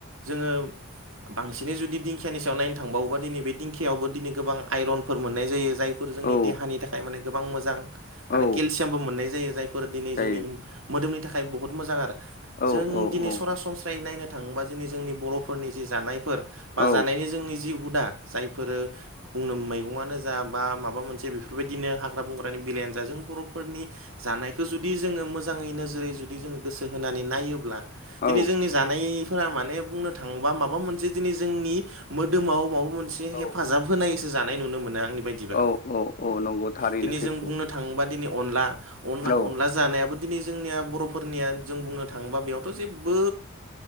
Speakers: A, on the right (about 70°); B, on the left (about 40°).
A: जोङो बांसिनै जुदि दिंखियानि सायाव नायनो थांबावोबा दिनै बे दिंखियावबो दिनै गोबां आइरनफोर मोननाय जायो जाय फोर जोंनि
B: औ
A: देहानि थाखाय माने गोबां मोजां आरो
B: औ
A: केलसियामबो मोननाय जायो जायफोर दिनै
B: जायो
A: जोंनि मोदोमनि थाखाय बहुद मोजां आरो
B: औ
A: जों
B: औ
A: दिनै
B: औ
A: सरासनस्रायै नायनो थाङोबा जोंनि बर'फोरनि जि जानायफोर बा
B: औ
A: जानायनि जोंनि जि हुदा जायफोरो बुंनो मैगङानो जा बा माबा मोनसे बेफोरबायदिनो हाग्रा बंग्रानि बेलायानो जा जों बर'फोरनि जानायखौ जुदि जोङो मोजाङै नोजोरै जुदि जोङो गोसो होनानै नायोब्ला दिनै
B: औ
A: जोंनि जानायफोरा माने बुंनो थाङोबा माबा मोनसे दिनै जोंनि मोदोमाव माबा मोनसे हेफाजाब
B: औ
A: होनायसो जानाय नुनो मोनो आंनि बायदि बा
B: औ औ औ नंगौ थारैनो
A: दिनै
B: सैथो
A: जों बुंनो थाङोबा दिनै अनला अनला
B: औ
A: अनला जानायाबो दिनै जोंनिया बर'फोरनिया जों बुंनो थाङोबा बेयावथ' जेबो